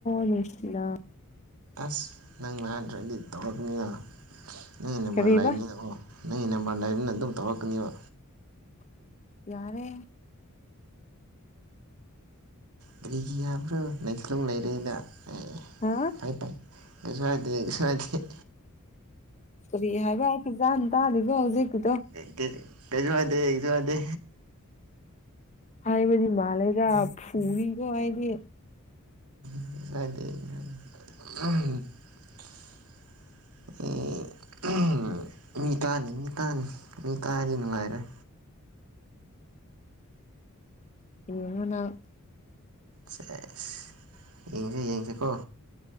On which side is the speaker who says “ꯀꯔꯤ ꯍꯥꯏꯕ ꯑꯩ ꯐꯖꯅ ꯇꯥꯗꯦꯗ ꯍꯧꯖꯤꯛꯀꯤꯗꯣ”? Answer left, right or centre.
Left